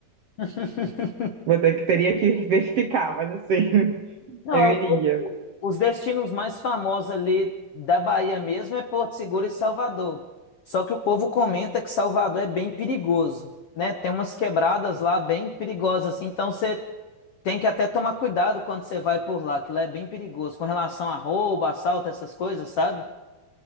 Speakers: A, on the left (about 70°); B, on the right (about 65°).
A: <laughs>
B: Vou ter que teria que <laughs> verificar, mas assim, <laughs>
A: Não,
B: eu
A: é o-
B: iria.
A: o- os destinos mais famosos ali da Bahia mesmo é Porto Seguro e Salvador. Só que o povo comenta que Salvador é bem perigoso, né? Tem umas quebradas lá bem perigosas, assim, então você tem que até tomar cuidado quando você vai por lá, que lá é bem perigoso com relação a roubo, assalto, essas coisas, sabe?